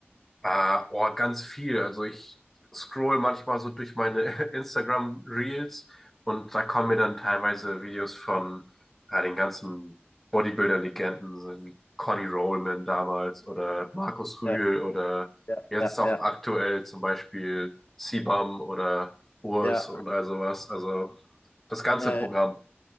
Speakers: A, in the centre; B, on the left.
A: äh, oh, ganz viel. Also ich scroll manchmal so durch meine <laughs> Instagram Reels und da kommen mir dann teilweise Videos von ja, den ganzen Bodybuilder-Legenden, so wie Conny Rollman damals oder Markus Rühl
B: ja,
A: oder
B: ja, ja,
A: jetzt auch
B: ja, ja,
A: aktuell zum Beispiel Sibam oder Urs
B: ja,
A: und all sowas. Also Das ganze
B: ja,
A: Programm.
B: ja,